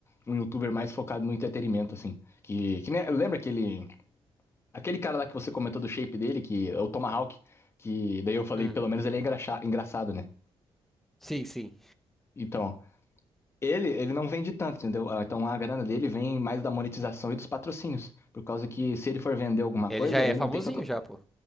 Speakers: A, on the left; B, in the centre.
A: um youtuber mais focado no entretenimento, assim. Que, que nem- lembra aquele. Aquele cara lá que você comentou do shape dele, que é o Tomahawk, que daí eu falei,
B: Hum.
A: pelo menos ele é engraxa- engraçado, né?
B: Sim, sim.
A: Então, ele, ele não vende tanto, entendeu? Ah, Então a grana dele vem mais da monetização e dos patrocínios. Por causa que se ele for vender alguma
B: Ele
A: coisa,
B: já é
A: ele
B: famosinho
A: não tem tanta.
B: já, pô.